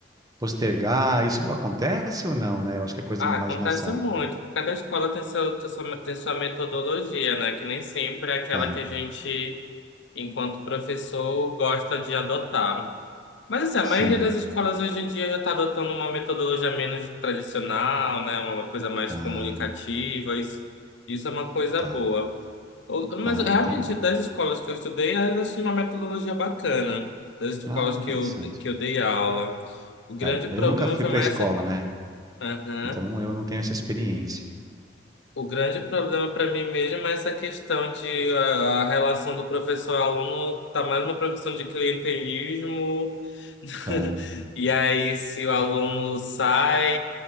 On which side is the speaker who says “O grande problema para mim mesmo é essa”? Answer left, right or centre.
Left